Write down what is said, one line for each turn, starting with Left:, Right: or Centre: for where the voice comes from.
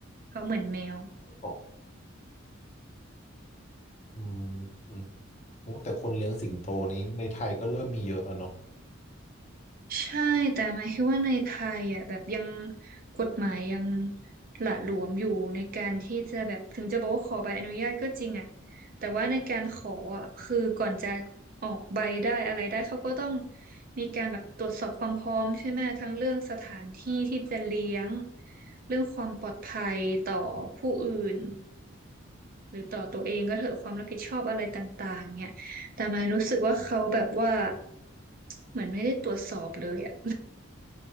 Right: เขาเหมือนแมว
Left: ก็บอกอืมโอ้แต่คนเลี้ยงสิงโตนี้ในไทยก็เริ่มมีเยอะแล้วเนาะ
Right: ใช่แต่หมายคิดว่าในไทยอ่ะแบบยังกฎหมายยังหละหลวมอยู่ในการที่จะแบบถึงจะบอกว่าขอใบอนุญาตก็จริงอ่ะแต่ว่าในการขออ่ะคือก่อนจะออกใบได้อะไรได้เขาก็ต้องมีการแบบตรวจสอบความพร้อมใช่ไหมทั้งเรื่องสถานที่ที่จะเลี้ยงเรื่องความปลอดภัยต่อผู้อื่น หรือต่อตัวเองก็เถอะความรับผิดชอบอะไรต่างๆเนี่ยแต่มายรู้สึกว่าเขาแบบว่าเหมือนไม่ได้ตรวจสอบเลยอ่ะ